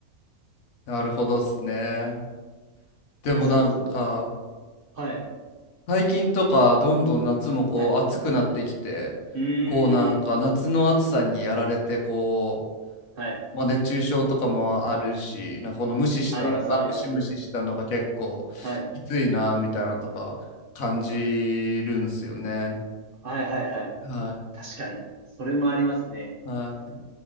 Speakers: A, on the left; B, on the right.
A: なるほどっすね。でもなんか、
B: いや、そうなんですよ。はい。
A: 最近とかどんどん夏もこう暑くなってきてこうなんか夏の暑さにやられてこ
B: はい。うーん。はい。
A: う、まあ、熱中症とかもあるしなんかこの無視した、
B: あります、
A: まあ、
B: あります。
A: ムシムシしたのが結構きついなみたいなのとか感じるんすよね。
B: はい。はい、はい、はい。
A: は
B: 確かに。それもありますね。
A: いはい